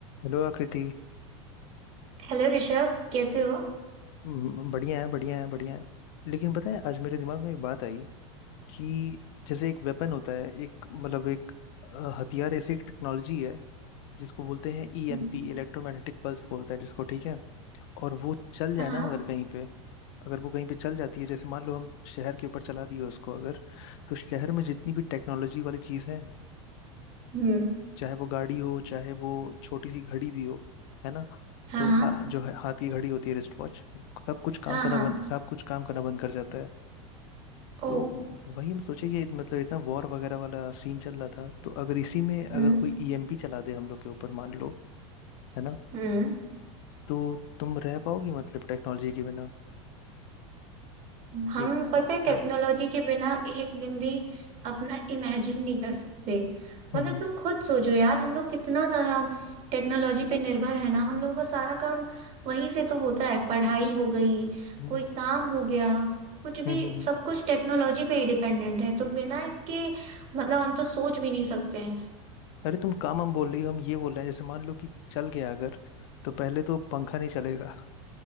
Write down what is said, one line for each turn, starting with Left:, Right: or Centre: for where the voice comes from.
Left: हेलो आकृति
Right: Hello Rishabh कैसे हो
Left: हम्म, बढ़िया है बढ़िया है बढ़िया है लेकिन पता है आज मेरे दिमाग में एक बात आई कि जैसे एक वेपन होता है एक मतलब एक अ, हथियार ऐसी एक टेक्नोलॉजी है जिसको बोलते हैं ईएमपी
Right: हम्म,
Left: इलेक्ट्रोमैग्नेटिक पल्स बोलते हैं जिसको ठीक है और वो चल
Right: हाँ
Left: जाए
Right: हाँ
Left: ना अगर कहीं पे अगर वो कहीं पे चल जाती है जैसे मान लो हम शहर के ऊपर चला दिए उसको अगर तो शहर में जितनी भी टेक्नोलॉजी वाली चीज़ है
Right: हम्म,
Left: चाहे वो गाड़ी हो चाहे वो छोटी सी घड़ी भी हो है ना
Right: हाँ
Left: तो
Right: हाँ
Left: हाँ जो है हाथ की घड़ी होती है रिस्ट वॉच सब कुछ काम
Right: हाँ
Left: करना
Right: हाँ
Left: बंद सब कुछ काम करना बंद कर जाता है
Right: ओ
Left: तो वही हम सोचे ये मतलब इतना वॉर वगैरह वाला सीन चल रहा था तो अगर इसी में अगर
Right: हम्म
Left: कोई ईएमपी चला दे हम लोग के ऊपर मान लो है ना
Right: हम्म
Left: तो तुम रह पाओगी मतलब टेक्नोलॉजी के बिना
Right: हम
Left: एक
Right: पता है टेक्नोलॉजी
Left: अ,
Right: के बिना एक दिन भी अपना इमेजिन नहीं कर सकते
Left: हम्म
Right: मतलब तुम खुद सोचो यार हम लोग कितना ज्यादा टेक्नोलॉजी पे निर्भर है ना हम लोगों का सारा काम वहीं से तो होता है पढ़ाई हो गई
Left: हम्म
Right: कोई काम हो गया कुछ भी
Left: हम्म, हम्म। हम्म।
Right: सब कुछ टेक्नोलॉजी पे ही डिपेंडेंट है तो बिना इसके मतलब हम तो सोच भी नहीं सकते हैं
Left: अरे तुम काम हम बोल रही हो हम ये बोल रहे हैं जैसे मान लो कि चल गया अगर तो पहले तो पंखा नहीं चलेगा